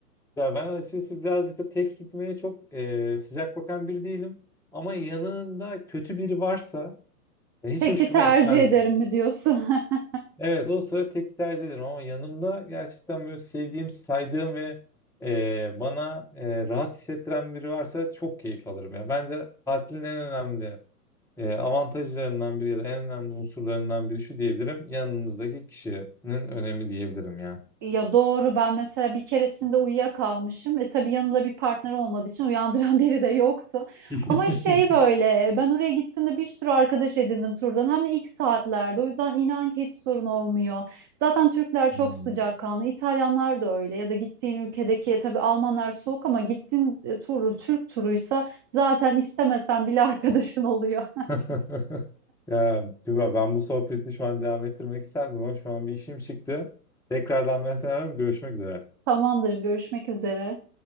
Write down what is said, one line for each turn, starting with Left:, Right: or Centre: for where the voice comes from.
Centre: Ya ben açıkçası birazcık da tek gitmeye çok e, sıcak bakan biri değilim. Ama yanında kötü biri varsa
Right: <laughs>
Centre: e, hiç
Right: Teki
Centre: hoşuma
Right: tercih
Centre: gitmez
Right: ederim
Centre: yani.
Right: mi diyorsun? <laughs>
Centre: Evet o sıra tek tercih ederim ama yanımda gerçekten böyle sevdiğim, saydığım ve e, bana e, rahat hissettiren biri varsa çok keyif alırım ya. Bence tatilin en önemli e, avantajlarından biri ya da en önemli unsurlarından biri şu diyebilirim. Yanımızdaki kişinin önemi diyebilirim ya.
Right: Ya doğru ben mesela bir keresinde uyuyakalmışım. E tabii yanımda bir partner olmadığı için uyandıran <laughs> biri de yoktu.
Centre: <laughs>
Right: Ama şey böyle ben oraya gittiğimde bir sürü arkadaş edindim turdan. Hem de ilk saatlerde. O yüzden inan ki hiç sorun olmuyor. Zaten Türkler çok
Centre: Hmm.
Right: sıcakkanlı. İtalyanlar da öyle. Ya da gittiğin ülkedeki tabii Almanlar soğuk ama gittiğin e, tur Türk turuysa zaten istemesen bile <laughs> arkadaşın oluyor.
Centre: <laughs> Ya Tuba, ben bu sohbeti şu an devam ettirmek isterdim ama şu an bir işim çıktı. Tekrardan ben seni ararım. Görüşmek üzere.
Right: Tamamdır görüşmek üzere.